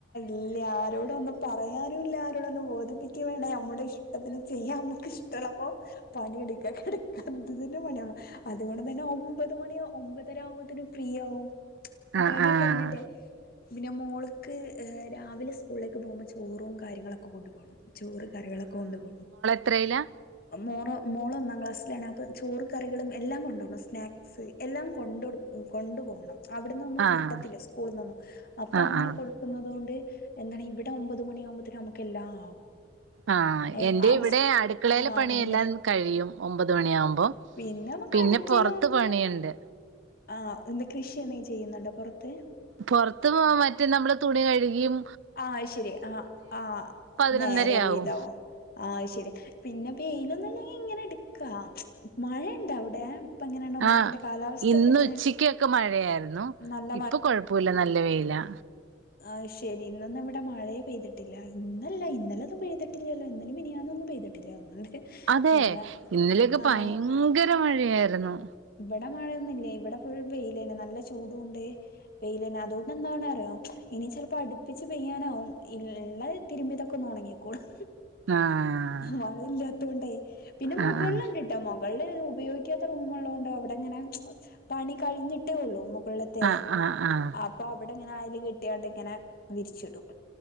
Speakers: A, on the left; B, on the right.
A: ഇല്ല ആരോടൊന്നും പറയാനുംല്ല ആരോടൊന്നും പോതും ഇക്ക് വേണ്ടേ നമ്മുടെ ഇഷ്ടത്തിന് നമ്മുക്ക് ഇഷ്ടള്ളപ്പൊ പണിയെടുക്ക കെട്ക്കാ ഇത് തന്നെ പണിയുള്ളു അതുകൊണ്ട് തന്നെ ഒമ്പത് പത്ത് മണിയോ ഒമ്പതര ആവുമ്പോത്തേന് ഫ്രീ ആവും
B: ആഹ്
A: പണി
B: ആഹ്
A: കഴിഞ്ഞിട്ടെ പിന്നെ മോൾക്ക് രാവിലെ സ്കൂളിലേക്ക് പോകുമ്പോ ചോറും കാര്യങ്ങളൊക്കെ കൊണ്ടു പോണം ചോറ് കറികളൊക്കെ കൊണ്ടു പോണം
B: എത്രയ്‌ലാ
A: മോറോ മോള് ഒന്നാം ക്ലാസ്സിലാണ് അപ്പം ചോറ് കറികളും എല്ലാം കൊണ്ടുപോകണം സ്നാക്സ് എല്ലാം കൊണ്ട് കൊണ്ടു പോണം അവിടെന്നൊന്നും
B: ആഹ്
A: കിട്ടത്തില്ല സ്കൂളിൽ ന്നൊന്നും അപ്പൊ
B: ആഹ്
A: അങ്ങനെ
B: ആഹ്
A: കൊടുക്കുന്നത് കൊണ്ട് എന്താണ് ഇവിടെ ഒമ്പത് മണിയ ആകുമ്പോത്തിന് നമുക്ക് എല്ലാം ആവും
B: ആ
A: ഏ
B: എന്റെ
A: ആ
B: ഇവിടെ
A: സ്കൂ
B: അടുക്കളയിലെ
A: ആഹ്
B: പണിയെല്ലാം
A: അങ്ങനെ തന്നെ
B: കഴിയും ഒമ്പത് മണിയാവുമ്പോ
A: പിന്നെ നമുക്ക്
B: പിന്നെ
A: അടിക്കലും
B: പുറത്ത്
A: അങ്ങനെ
B: പണിയുണ്ട്
A: ആ ഇന്ന് കൃഷി എന്തേം ചെയ്യുന്നുണ്ടോ പുറത്ത്
B: പൊറത്ത് പോവാം പറ്റും നമ്മള് തുണി കഴ് ഴിയും
A: ആ ശരി ആ ആ
B: പതിനൊന്നരയാവും
A: നേരെ ഒരു വിതാവും ആ ശരി പിന്നെ വെയിലൊന്നല്ലേ നീ എങ്ങനെ എടുക്കാ മഴയുണ്ട അവിടെ എങ്ങനെയുണ്ട് മഴന്റെ
B: ആ
A: കാലാവസ്ഥ
B: ഇന്ന്
A: ഒക്കെ എങ്ങനെ
B: ഉച്ചക്ക് ഒക്കെ മഴയായിരുന്നു
A: നല്ല
B: ഇപ്പൊ കൊഴപ്പൂല്ല നല്ല വെയില
A: ആ ശരി ഇന്നൊന്നും ഇവിടെ മഴയേ പെയ്തിട്ടില്ല ഇന്നല്ല ഇന്നലൊന്നും പെയ്തിട്ടില്ലല്ലോ ഇന്നലും മിനിയാന്നൊന്നും പെയ്തിട്ടില്ല <unintelligible>
B: അതെ
A: മഴ
B: ഇന്നലൊക്കെ
A: ആഹ്
B: ഭയങ്കര ര മഴയായ് രുന്നു
A: ഇവിടെ മഴയൊന്നുല്ല ഇവിടെ ഫുൾ വെയിലാണ് നല്ല ചൂടുണ്ട് വെയിലിന് അതുകൊണ്ട് എന്താണ അറിയോ ഇനി ചിലപ്പോ അടുപ്പിച്ച് പെയ്യാനാവും ഇള്ള തിരുമ്പിതൊക്കെ ഒന്നൊണങ്ങിക്കോളും
B: ആഹ്
A: മഴ ഇല്ലാത്തൊണ്ടേ പിന്നെ മുകൾ
B: ആഹ്
A: ഇണ്ട്ട്ടാ മൊക വെള്ളയ്‌ന് ഉപയോഗിക്കാത്ത റൂമ് ഉള്ളത് കൊണ്ട് അവിടെങ്ങനെ പണി കഴിഞ്ഞട്ടേ ഉള്ളൂ മു കൾത്തെ
B: ആഹ് ആഹ് ആഹ് ആഹ്
A: അപ്പ അവ് ഇങ്ങനെ അയല് കെട്ടിയാണ്ട് ഇങ്ങനെ വിരിച്ചിടും